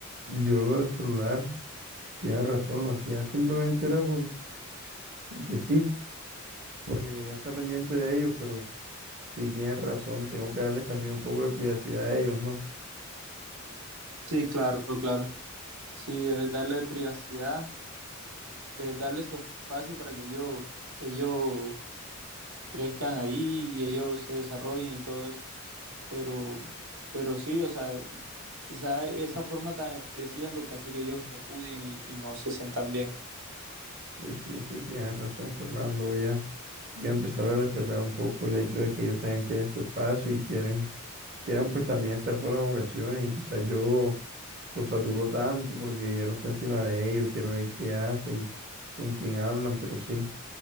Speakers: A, on the right; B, on the right.
A: yo lo del celular. Tienes razón, lo hacía simplemente era por, porque sí, porque quería estar pendiente de ellos, pero sí tienes razón, tengo que darles también un poco de privacidad a ellos, ¿no?
B: Sí, claro, claro. Sí, debes darle privacidad, debes darle su espacio para que ellos, ellos crezcan ahí y ellos se desarrollen y todo eso. Pero, pero sí, o sea, quizá esa forma tan agresiva es lo que hace que ellos repudien y, y no se sientan bien.
A: Sí, sí, sí, tienes razón, Fernando, voy a, voy a empezar a respetar un poco el hecho de que ellos también quieren su espacio y quieren, quieren pues también estar solos en ocasiones y quizás yo los saturo tanto porque ya no está encima de ellos, quiero ver qué hacen, con quién hablan, pero sí.